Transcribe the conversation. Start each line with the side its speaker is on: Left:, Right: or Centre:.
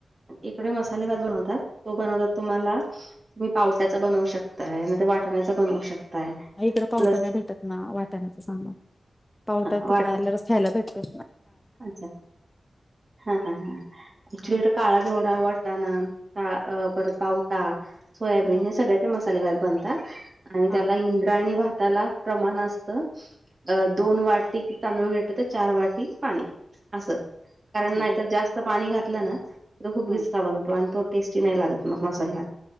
Right: इकडे मसाले भात बनवतात तो बनवतात तुम्हाला तुम्ही पावट्याचा बनवू शकताय, नाहीतर वाटण्याचा बनवू शकताय.
Left: इकडं पावटा
Right: प्लस
Left: नाही भेटत ना, वाटाण्याचा सांगा पावटा
Right: हा वाटाणा
Left: तिकडे आल्यावरच खायला भेटतोय.
Right: अच्छा हा हा आमच्या
Left: हा
Right: इकडे काळा घेवडा, वाटाणा, आ अ परत पावटा, सोयाबीन
Left: हा
Right: हे सगळ्याचे मसाले भात बनतात. आणि
Left: हा
Right: त्याला इंद्रायणी भाताला, प्रमाण असतं, दोन वाटी तांदूळ घेतलं तर चार वाट टि पाणी असं, कारण
Left: हा हा
Right: नाहीतर जास्त पाणी घातलं ना- तो खूप
Left: हा
Right: घिचका बनतो आणि तो टेस्टी नाही लागत मग मसाले भात.